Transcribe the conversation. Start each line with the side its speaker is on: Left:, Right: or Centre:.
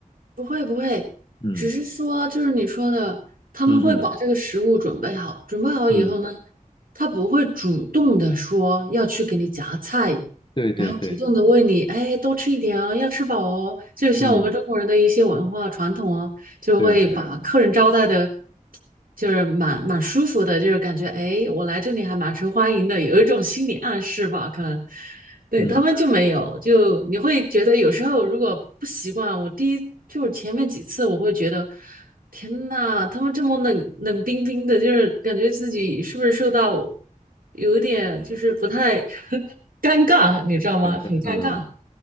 Right: 不会不会，
Left: 嗯
Right: 只是说就是你说的，他们会把这个食物准备好，
Left: 嗯嗯
Right: 准备好以后呢，
Left: 嗯，
Right: 他不会主动的说要去给你夹菜，
Left: 对对对，
Right: 然后主动的问你，哎，多吃一点哦，要吃饱哦。就像我们中国人的一些文化传统哦，
Left: 嗯
Right: 就会把客人招待的，
Left: 对对，
Right: 就是蛮蛮舒服的，就是感觉哎，我来这里还蛮受欢迎的，有一种心理暗示吧，可能。对，
Left: 嗯，
Right: 他们就没有，就你会觉得有时候如果不习惯，我第一就是前面几次我会觉得，天呐，他们这么冷冷冰冰的，就是感觉自己是不是受到有一点就是不太 <laughs> 尴尬，你知道吗？
Left: 尴尬，
Right: 很尴尬。
Left: 嗯，